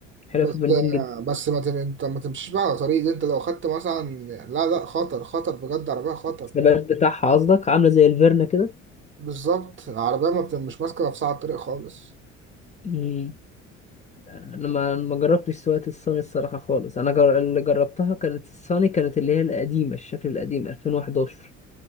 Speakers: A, on the left; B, on the right.
A: حلوة
B: بس
A: في البنزين جدا
B: آه، بس ما تم... أنت ما تمشيش بقى على طريق دي أنت لو خدت مثلا لا لا خطر خطر بجد عربية خطر
A: الثبات بتاعها قصدك عاملة زي الفيرنا كده
B: بالظبط العربية ما بت... مش ماسكة نفسها على الطريق خالص
A: مم. انا ما ما جربتش سواقة الصيني الصراحة خالص انا جر... اللي جربتها كانت الصيني كانت اللي هي القديمة الشكل القديم 2011